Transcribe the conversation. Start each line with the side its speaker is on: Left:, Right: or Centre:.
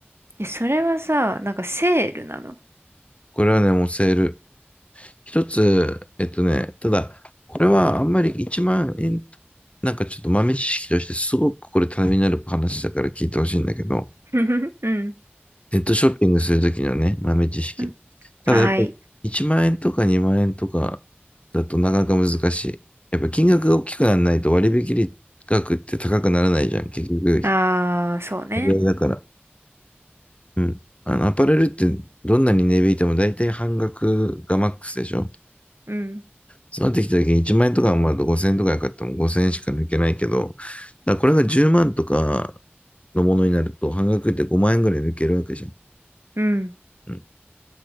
Right: え、それはさ、なんかセールなの
Left: これはね、もうセール。一つ、えっとね、ただ、これはあんまり1万円、なんかちょっと豆知識としてすごくこれためになる話だから聞いてほしいんだけど、
Right: ふふふ <laughs> うん、
Left: ネットショッピングするときのね、豆知識。
Right: うん。
Left: ただやっぱり1万円とか2万円とかだとなかなか難しい。
Right: はい。
Left: やっぱ金額が大きくならないと割引額って高くならないじゃん。結局、
Right: ああ、そうね。
Left: 割合だから。うん。あの、アパレルってどんなに値引いても大体半額がマックスでしょ
Right: うん、
Left: そうなってきた時に1万円とかまあ5000円とかよかったらもう5000円しか抜けないけど、だこれが10万とかのものになると半額って5万円ぐらい抜けるわけじゃん。
Right: うん、
Left: うん